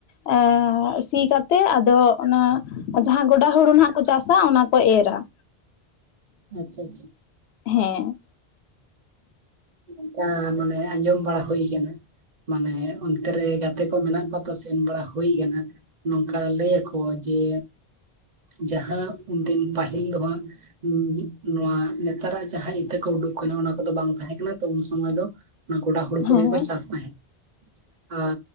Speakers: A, on the left (about 80°); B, on the right (about 45°).
A: ᱮᱸᱻ ᱥᱤ ᱠᱟᱛᱮ ᱛᱮ ᱟᱫᱚ ᱚᱱᱟ ᱡᱟᱦᱟᱸ ᱜᱚᱰᱟ ᱦᱩᱲᱩ ᱱᱟᱦᱟᱜ ᱠᱚ ᱪᱟᱥᱟ, ᱚᱱᱟ ᱠᱚ ᱮᱨᱟ᱾
B: ᱟᱪᱪᱷᱟ ᱟᱪᱪᱷᱟ᱾
A: ᱦᱮᱸ᱾
B: ᱚᱱᱠᱟ ᱢᱟᱱᱮ ᱟᱸᱡᱚᱢ ᱵᱟᱲᱟ ᱦᱩᱭ ᱠᱟᱱᱟ᱾ ᱢᱟᱱᱮ ᱚᱱᱛᱮ ᱨᱮ ᱜᱟᱛᱮ ᱠᱚ ᱢᱮᱱᱟᱜ ᱠᱚᱣᱟ ᱛᱚ ᱥᱮᱱ ᱵᱟᱲᱟ ᱦᱩᱭ ᱟᱠᱟᱱᱟ᱾ ᱱᱚᱝᱠᱟ ᱞᱟᱹᱭ ᱟᱠᱚ ᱡᱮ ᱡᱟᱦᱟᱸ ᱩᱱᱫᱤᱱ ᱯᱟᱹᱦᱤᱞ ᱫᱚ ᱦᱟᱸᱜ ᱩᱸᱜ ᱱᱚᱣᱟ ᱱᱮᱛᱟᱨᱟᱜ ᱡᱟᱦᱟᱸ ᱤᱛᱟᱹ ᱠᱚ ᱩᱰᱩᱠ ᱠᱟᱱᱟ ᱚᱱᱟᱼᱼ ᱫᱚ ᱵᱟᱝ ᱛᱟᱦᱮᱸ ᱠᱟᱱᱟ ᱛᱚ ᱩᱱ ᱥᱚᱢᱚᱭ ᱫᱚ ᱚᱱᱟ ᱜᱚᱰᱟ ᱦᱩᱲᱩ ᱠᱚᱜᱮ
A: ᱦᱮᱸ
B: ᱠᱚ ᱪᱟᱥ ᱛᱟᱦᱮᱸᱫ᱾ ᱟᱨᱼᱼ